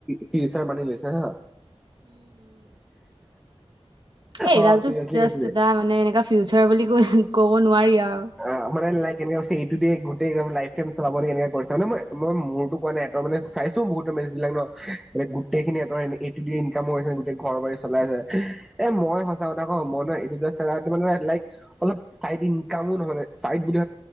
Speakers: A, in the centre; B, on the right.
A: <unintelligible> মানি লৈছে হা
B: এডালতো
A: অ', চিৰিয়াছলি
B: জাষ্ট
A: কৈছো
B: এটা মানে এনেকা ফিউচাৰ বুলি ক'ব নোৱাৰি আৰু
A: অ মানে লাইক কেনেকে কৈছে এইটো দিয়ে গোটেই একম লাইফ টাইম চলাব নেকি এনেকে কৰিছে মানে মই মই মোৰতো কোৱা নাই এতৰ মানে চাইছো বহুতৰ মেছেজবিলাক ন গোটেইখিনি এতৰ এইটো দিয়ে ইনকাম হৈ আছে গোটেই ঘৰৰবাৰি চলাই আছে এ মই সঁচা কথা কওঁ মই ন এইটো জাষ্ট <unintelligible> অলপ চাই দিম কামো নহয় মানে চাইদ বুলি